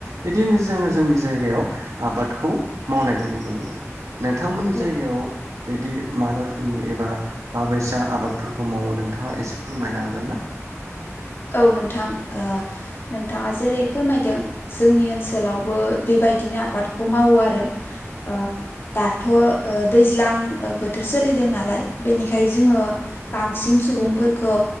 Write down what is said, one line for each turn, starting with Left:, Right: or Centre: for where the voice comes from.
Right: बिदिनो जोङो जोंनि जायगायाव आबादखौ मावनायखौ नुनो मोनो नोंथांमोननि
Left: औ
Right: जायगायाव बिदि मा रोखोमनि एबा माबैसा आबादफोरखौ मावो नोंथाङा एसे फोरमायनो हागोन ना
Left: औ नोंथां ओ नोंथाङा जेरै फोरमायदों जोंनि ओनसोलावबो बे- बायदिनो आबादखौ मावो आरो ओ दाथ' ओ दैज्लां ओ बोथोर सोलिदों नालाय बेनिखाय जोङो बांसिन सुबुंफोरखौ